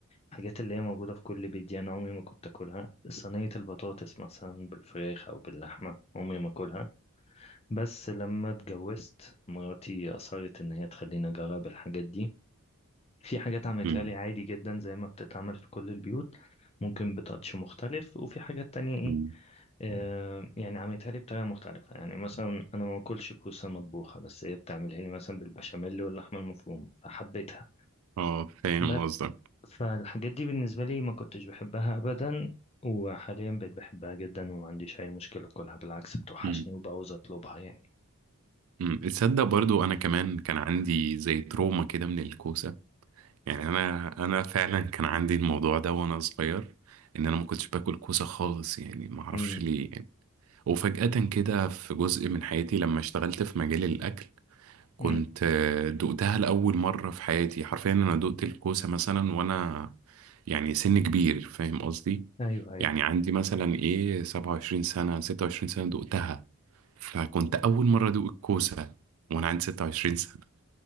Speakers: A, on the left; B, on the right.
A: الحاجات اللي هي موجودة في كل بيت دي أنا عمري ما كنت أكلها صينية البطاطس مثلا بالفراخ أو باللحمة عمري ما أكلها بس لما اتجوزت مراتي أصرت إن هي تخليني أجرب الحاجات دي في حاجات عملتها
B: مم.
A: لي عادي جدا زي ما بتتعمل في كل البيوت ممكن بتاتش مختلف وفي حاجات تانية ايه
B: مم.
A: آه يعني عملتها لي بطريقة مختلفة يعني مثلا انا ما باكلش كوسة مطبوخة بس هي بتعملها لي مثلا بالبشاميل واللحمة المفرومة فحبيتها
B: اه فاهم
A: بس
B: قصدك
A: فالحاجات دي بالنسبة لي ما كنتش بحبها ابدا وحاليا بقيت بحبها جدا وما عنديش اي مشكلة اكلها بالعكس بتوحشني
B: مم.
A: وبعوز اطلبها يعني
B: مم. تصدق برضو انا كمان كان عندي زي تروما كده من الكوسة يعني انا انا فعلا كان عندي الموضوع ده وانا صغير ان انا ما كنتش باكل كوسه خالص يعني ما اعرفش
A: امم
B: ليه يعني وفجأة كده في جزء من حياتي لما اشتغلت في مجال الاكل كنت
A: امم
B: آه، دقتها لاول مره في حياتي حرفيا انا دقت الكوسه مثلا وانا يعني سن كبير فاهم قصدي
A: ايوه ايوه
B: يعني عندي مثلا ايه 27 سنه 26 سنه دقتها فكنت اول مره ادوق الكوسه وانا عندي 26 سنه